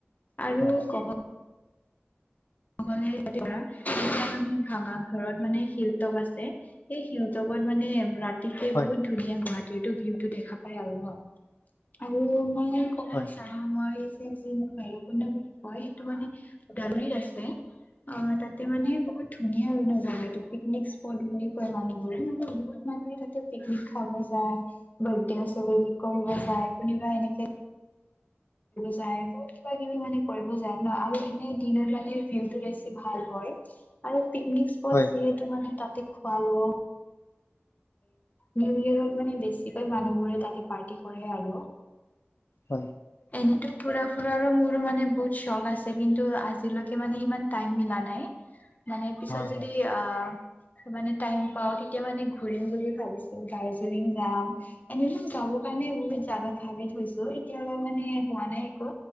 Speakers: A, on the left (about 40°); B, on the left (about 80°).
A: আৰু
B: হয়
A: ক'ব গ'লে যেতিয়া আমি ভাড়া ঘৰত মানে শিলতপ আছে। সেই শিলতপত মানে ৰা গতিকে
B: হয়
A: বহুত ধুনীয়া গুৱাহাটীৰতো ভিউতটো দেখা পাই আৰু ন। আৰু মানে ক'ব
B: হয়
A: বিচাৰো মই যে যে ভইৰবকুণ্ড বুলি কয় সেইটো মানে ওদালগুৰিত আছ <inaudible> অ', তাতে মানে বহুত ধুনীয়া আৰু জেগাটো পিকনিক স্পট বুলি কয় মানুহবোৰে বহুত তাতে পিকনিক খাব যায়, বাথ্ৰডে চেলেব্ৰইট কৰিব যায়, কোনোবা এনেকে যায়। বহুত কিবা কিবি মানে কৰিব যায় ন আৰু এনে দিনত মানে ভিউতটো বেছি ভাল হয়। আৰু পিকনিক স্পট
B: হয় হয়
A: যিহেতু মানে তাতে খোৱা লোৱা নিউ ইয়েৰৰত মানে বেছিকৈ মানুহবোৰে তাতে পাৰ্টি কৰে আৰু।
B: হয়
A: এনেতো ফুৰা ফুৰা মোৰো মানে বহুত চখ আছে কিন্তু আজিলৈকে মানে ইমান টাইম মিলা নাই। মানে পিছত
B: হয়
A: যদি আ মানে টাইম পাওঁ তেতিয়া মানে ঘুৰিম বুলি ভাবিছো দাৰ্জিলিং যাম। এনেটো যাবৰ কাৰণে বহুত জাগা ভাবি থৈছো। এতিয়ালৈ মানে হোৱা নাই একো